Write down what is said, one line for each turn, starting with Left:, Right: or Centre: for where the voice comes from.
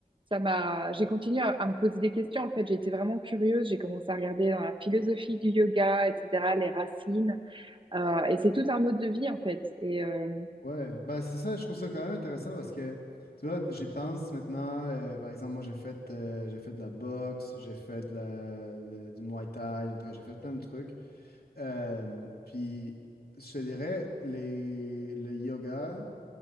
Right: ça m'a, j'ai continué à, à me poser des questions. En fait, j'ai été vraiment curieuse, j'ai commencé à regarder dans la philosophie du yoga, etc., les racines. Euh, et c'est tout un mode de vie en fait. Et euh,
Left: Ouais. Ben, c'est ça, je trouve ça quand même intéressant parce que, tu vois, j'y pense maintenant. euh, par exemple, moi, j'ai fait, euh, j'ai fait de la boxe, j'ai fait de la, le- du Muay Thai, en tout cas, j'ai fait plein de trucs. Euh, puis, je te dirais, les, le yoga,